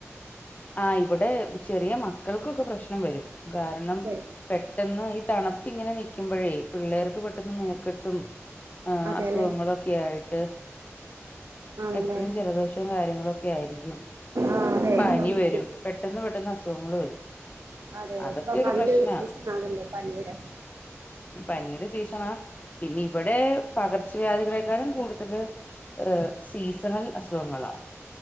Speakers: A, on the left (about 35°); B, on the right (about 80°).
A: ആ ഇവിടെ ചെറിയ മക്കൾക്കൊക്കെ പ്രശ്നം വെരും കാരണം
B: വെ
A: പെട്ടെന്ന് ഈ തണുപ്പ് ഇങ്ങനെ നിൽക്കുമ്പയെ പിള്ളേർക്ക് പെട്ടെന്ന് നീർക്കെട്ടും ആഹ്
B: അതെല്ലേ
A: അസുഖങ്ങളൊക്കെ ആയിട്ട്
B: ആണല്ലേ
A: എപ്പഴും ജലദോഷും കാര്യങ്ങളൊക്കെ ആയിരിക്കും
B: ആഹ് അതെ
A: പനി
B: ഇപ്പം
A: വെരും
B: അതി
A: പെട്ടെന്ന് പെട്ടെന്ന് അസുഗം അസുഖങ്ങൾ വരും
B: അതെ
A: അതൊക്കെ
B: ഇപ്പം
A: ഒര്
B: അതിന്റെ
A: പ്രശ്ന
B: ഒരു സീസൺ ആണല്ലോ പനിയുടെ
A: പനി സീസണ പിന്നെ ഇവടെ പകർച്ചവ്യാധികളെക്കാളും കൂടുതൽ ഹ <unintelligible> സീസണൽ അസുഖങ്ങളാ